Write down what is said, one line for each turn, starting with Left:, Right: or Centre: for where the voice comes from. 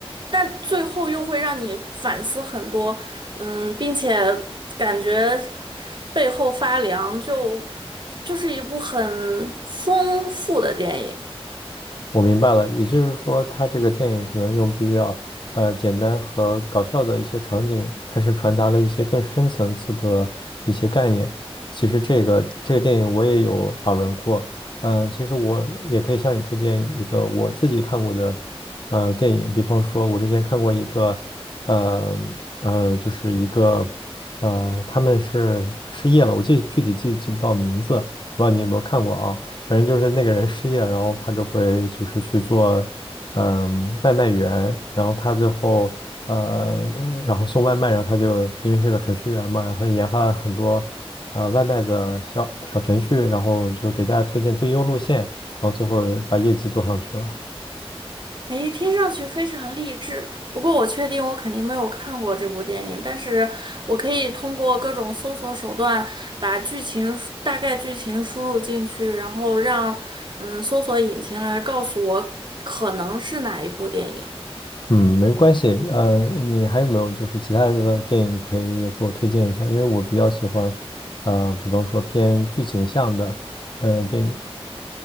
Right: 但最后又会让你反思很多，嗯，并且感觉背后发凉，就就是一部很丰富的电影。
Left: 我明白了，也就是说，他这个电影可能用比较呃简单和搞笑的一些场景，它是传达了一些更深层次的一些概念。其实这个这个电影我也有耳闻过，嗯、其实我也可以向你推荐一个我自己看过的呃电影，比方说，我之前看过一个呃呃，就是一个呃他们是失业了，我记具体记记不到名字，不知道你有没有看过啊？反正就是那个人失业了然后他就会就是去做，嗯、外卖员，然后他最后呃，然后送外卖，然后他就因为是个程序员嘛，然后他就研发了很多呃外卖的小小程序，然后就给大家推荐最优路线，然后最后把业绩做上去了。
Right: 诶，听上去非常励志。不过我确定我肯定没有看过这部电影，但是我可以通过各种搜索手段把剧情大概剧情输入进去，然后让嗯搜索引擎来告诉我可能是哪一部电影。
Left: 嗯，没关系。呃，你还有没有就是其他的电影，你可以也给我推荐一下？因为我比较喜欢，呃，比方说偏剧情向的呃电影。